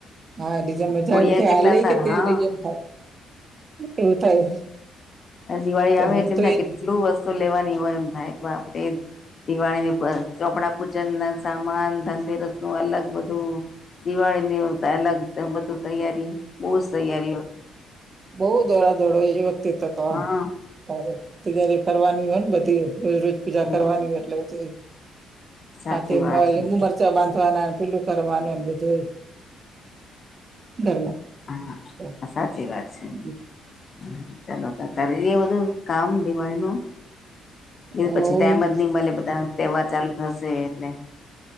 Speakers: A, on the right; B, on the left.
A: હા, બીજા મજા
B: કોડિયા
A: એમ થાય,
B: કેટલા
A: આ લઈ
B: સારા
A: કે તે
B: હા
A: લઈ એમ થાય એવું થાય.
B: આ દિવાળી
A: તો
B: આવે
A: હું
B: એટલે
A: તો એ
B: કેટલું વસ્તુ લેવાની હોય એમ થાય કે આપણે એ દિવાળીને ચોપડા પૂજનના સામાન, ધનતેરસનું અલગ બધું, દિવાળીની અલગ તો બધું તૈયારી બહુ જ તૈયારી
A: બોવ દોડાદોડ હોય છે એ વખતે તો આમ.
B: હા
A: તારે તૈયારી કરવાની હોયબધી રોજ રોજ પૂજા
B: હમ
A: કરવાની એટલે બધી
B: સાચી
A: આ તે
B: વાત
A: લીંબુ
B: છે
A: મરચું ડુચા બાંધવાના પેલું કરવાનું બધું એ ઘરમાં
B: હા,
A: તો
B: સાચી વાત છે.
A: હમ
B: હ ચાલો તાર કરીએ બધું કામ દિવાળીનું એ
A: હવ
B: પછી ટાઈમ જ નહી મળે બધા તહેવાર ચાલુ થશે, એટલે